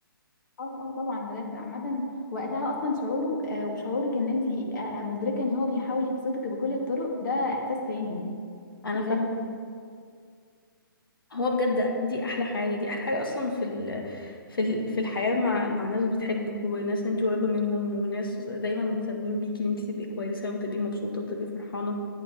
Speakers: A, on the left; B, on the left.
A: اه اه طبعا بجد عامة وقتها اصلا شعوره آه وشعورك ان انت آه مدركة ان هو بيحاول يبسطك بكل الطرق ده احساس تاني
B: أنا
A: بجد
B: فاهمة هو بجد دي احلى حاجه دي احلى حاجه اصلا في ال... في ال... في الحياه مع مع ناس بتحبك وناس انت قريبه منهم وناس دايما مهتمين بيكي ان انت تبقي كويسه وتبقي مبسوطه وتبقي فرحانه